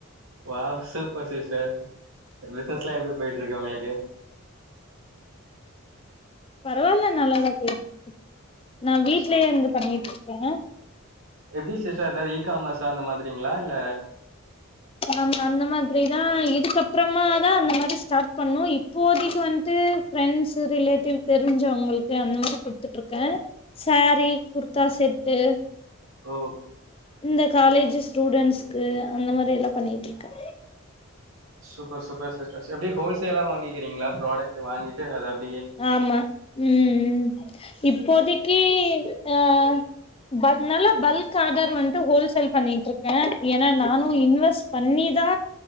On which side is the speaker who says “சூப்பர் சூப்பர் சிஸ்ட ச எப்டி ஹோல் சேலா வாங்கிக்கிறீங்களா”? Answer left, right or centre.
Right